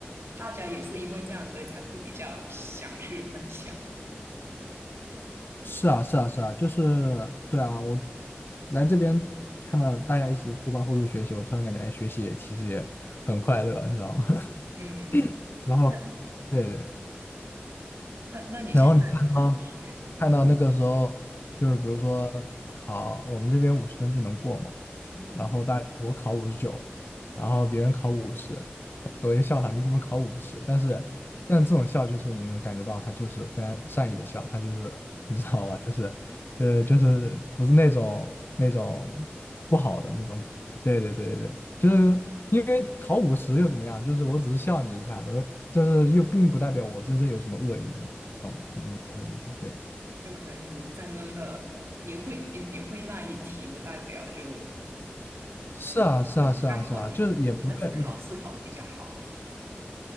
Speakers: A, on the right; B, on the left.
A: 大家也是因为这样，所以才会比较想去分享。
B: 是啊是啊是啊，就是对啊，我来这边看到大家一起互帮互助学习，我突然感觉，哎，学习也其实也很快乐，你知道吗？
A: 嗯，
B: <laughs> 然后，
A: 那
B: 对对，
A: 啊，那那你现在同学
B: 然后你看啊。看到那个时候，就是比如说考我们这边五十分就能过嘛，
A: 啊，嗯
B: 然后大我考五十九，然后别人考五十，<laughs> 我就笑他，你怎么考五十？但是，但这种笑就是你能感觉到他就是非常善意的笑，他就是你知道吧，
A: 嗯
B: 就是呃，就是不是那种那种不好的那种，对对对对对，就是因为考五十又怎么样？就是我只是笑你一下的但是又并不代表我真正有什么恶意，
A: 嗯。
B: 懂吗？能懂这意思？对。
A: 就可能你留在那个，你会你你会那一题，不代表就怎么说呢？
B: 是啊，是啊，
A: 就刚好你会你那次考试考的比较好而已。
B: 是啊，是啊，就是也不对，